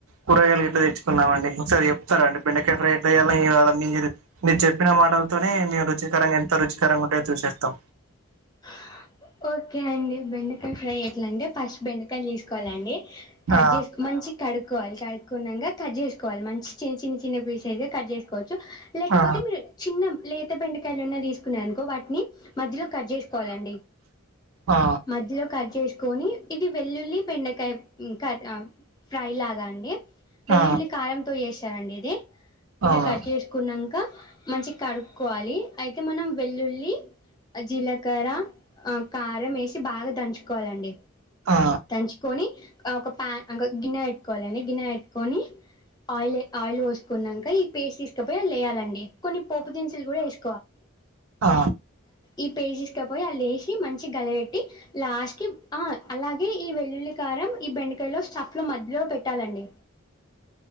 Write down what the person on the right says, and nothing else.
కూరగాయలు గిట్ల తెచ్చుకున్నమండి ఇంకోసారి చెప్తరా అండి బెండకా ఫ్రై ఎట్ల చేయాల్నో ఏమో మీ మీర్ చెప్పిన మాటల్తోనీ మీ రుచికరంగా ఎంత రుచికరంగా ఉంటయో చూసేస్తాం.
ఆ
ఆ
ఆ
ఆ
అవును
ఆ ఆ
ఆ ఆ